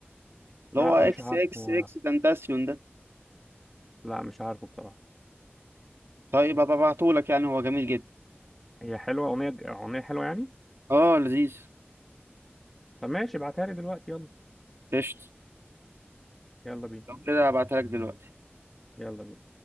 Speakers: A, on the right (about 75°); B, in the centre.
A: اللي
B: لا
A: هو اكس
B: مش عارف
A: اكس
B: هو
A: اكس تنتاسيون ده
B: لا مش عارفه بصراحة
A: طيب هبقى ابعتهولك يعني هو جميل جدا
B: هي حلوة أغنية أغنية حلوة يعني
A: اه لذيذ
B: طب ماشي ابعتها لي دلوقتي يلا
A: قشطة
B: يلا بينا
A: لو كده هبعتها لك دلوقتي
B: يلا بينا